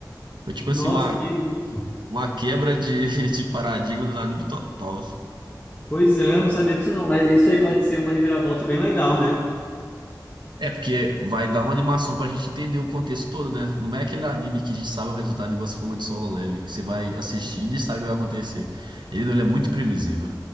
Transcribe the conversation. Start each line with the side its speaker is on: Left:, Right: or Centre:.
Right: Foi tipo
Left: Nossa,
Right: assim, uma,
Left: que isso.
Right: uma quebra de, <laughs> de paradigma do anime total.
Left: Pois é, eu não sabia disso não, mas isso aí pode ser uma reviravolta bem legal, né?
Right: É, porque vai dar uma animação pra gente entender o contexto todo, né? Não é aquele anime que a gente sabe o resultado, igual você falou de Solo Leveling, que você vai assistindo e sabe o que vai acontecer. Ele não, ele é muito previsível.